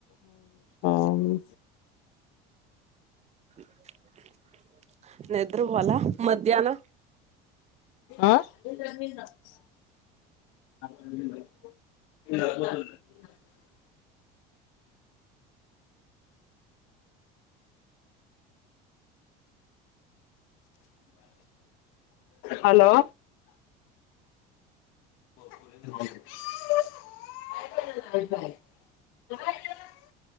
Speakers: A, on the left; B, on the right.
A: అవును
B: <inaudible> నిద్ర పోలా మధ్యాహ్నమ్
A: ఆ హలో <inaudible>